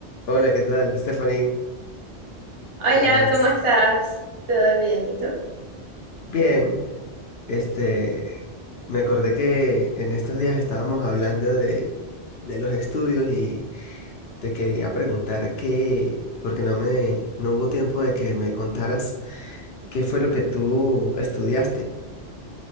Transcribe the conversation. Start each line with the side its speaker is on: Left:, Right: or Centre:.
Left: Hola, ¿qué tal, Stephanie?
Right: Hola,
Left: ¿Cómo vas?
Right: ¿cómo estás? ¿Todo bien? ¿Y tú?
Left: Bien, este, me acordé que en estos días estábamos hablando de, de los estudios y te quería preguntar qué, porque no me, no hubo tiempo de que me contaras qué fue lo que tú estudiaste.